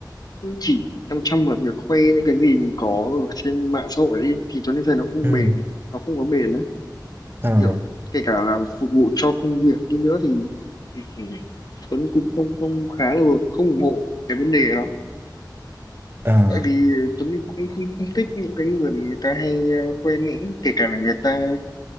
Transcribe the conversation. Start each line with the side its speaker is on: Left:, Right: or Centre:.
Left: cứ chỉ chăm chăm vào việc khoe những cái gì mình có ở trên mạng xã hội ấy, thì Tuấn Huy thấy nó không
Right: Ừ.
Left: bền nó không có bền đấy
Right: À.
Left: kiểu kể cả là phục vụ cho công việc như nữa thì, thì, thì Tuấn cũng không không khá là không ủng hộ cái vấn đề đó
Right: À.
Left: tại vì ờ, Tuấn cũng không không thích những cái người mà người ta hay ờ, khoe mẽ kể cả là người ta